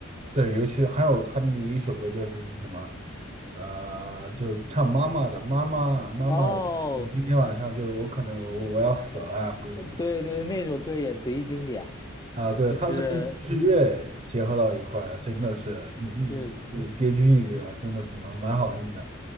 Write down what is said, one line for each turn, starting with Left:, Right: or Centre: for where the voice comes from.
Right: 对，尤其还有他的那一首歌就是什么，呃，就唱妈妈的妈妈妈妈，
Left: 哦
Right: 我我今天晚上就我可能我我要死了啊，
Left: <laughs>，呃呃对对，
Right: 或者什么
Left: 那首歌也贼经典，
Right: 啊，对，
Left: 就是
Right: 他是跟爵士乐结合到一块儿，真的是，嗯
Left: 是，
Right: 嗯，嗯别具一格，真的是蛮蛮好听的。